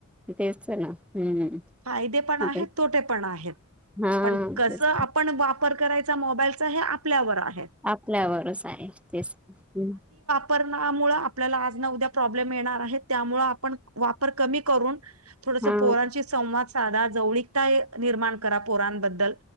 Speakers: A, in the centre; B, on the right.
A: तेच तर ना हम्म
B: फायदे पण आहेत,
A: आता
B: तोटे पण आहेत.
A: हा
B: पण कस
A: तेच
B: आपण वापर करायचा मोबाईलचा हे आपल्यावर आहे.
A: आपल्यावरच आहे तेच हम.
B: पर ना मुळ आपल्याला आज उद्या प्रॉब्लेम येणार आहे त्यामुळे आपण वापर कमी करून थोडसं
A: हा
B: पोरांशी संवाद साधा जवळीकता निर्माण करा पोरांबद्दल.